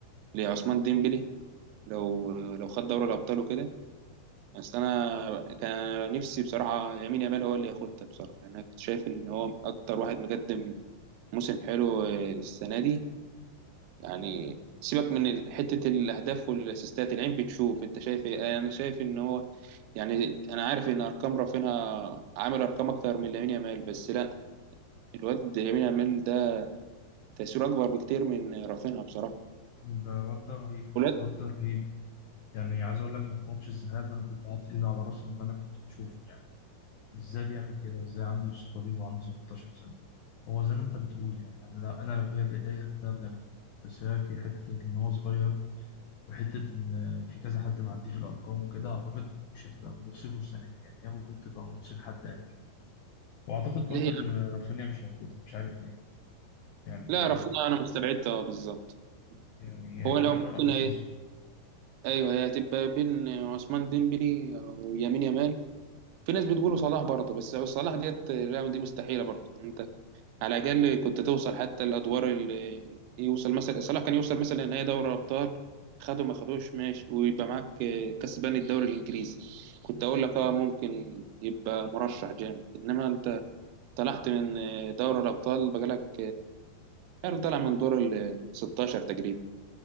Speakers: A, on the right; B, on the left.
A: لعثمان ديمبلي لو لو خد دوري الابطال وكده بس انا كان نفسي بصراحه يمين يامال هو اللي ياخدها بصراحه يعني انا كنت شايف ان هو اكتر واحد مقدم موسم حلو السنه دي يعني سيبك من ال- حته الاهداف والاسيستات العين بتشوف انت شايف ايه انا شايف ان هو يعني انا عارف ان ارقام رافينها عامل ارقام اكتر من لامين يامال بس لا الواد لامين يامال ده تاثيره اكبر بكتير من رافينها بصراحه
B: ده الواد ده رهيب
A: ولاد
B: الواد ده رهيب يعني عايز اقول لك انا في ماتش الذهاب انا كنت حاطط ايدي على راسي من اللي انا كنت بشوفه يعني ازاي بيعمل كده ازاي عنده الثقة دي وعنده 17 سنة هو زي ما انت بتقول يعني انا لو, أنا لو هي بايديا هديها لامين بس هي كي- حتة ان هو صغير وحتة ان في كذا حد معدي في الارقام وكده اعتقد مش هتبقى من نصيبه السنة دي يعني هي ممكن تبقى من نصيب حد قديم واعتقد برضو
A: ليه
B: ان رافينيا مش هياخدها مش عارف ليه يعني
A: لا رافينها انا مستبعدها آه، بالظبط
B: يعني
A: هو
B: أكملنا
A: لو ممكن
B: أول سيزون
A: ايوه هي هتبقى بين عثمان ديمبلي ويمين يامال في ناس بتقول صلاح برضه بس صلاح ديت الرقم دي مستحيله برضه يعني انت على الاقل كنت توصل حتى الادوار اللي يوصل مثلا صلاح كان يوصل مثلا نهائي دوري الابطال خده ما خدوش ماشي ويبقى معاك كسبان الدوري الانجليزي كنت اقول لك اه ممكن يبقى مرشح جامد انما انت طلعت من دوري الابطال بقالك عارف طالع من دور ال 16 تقريبا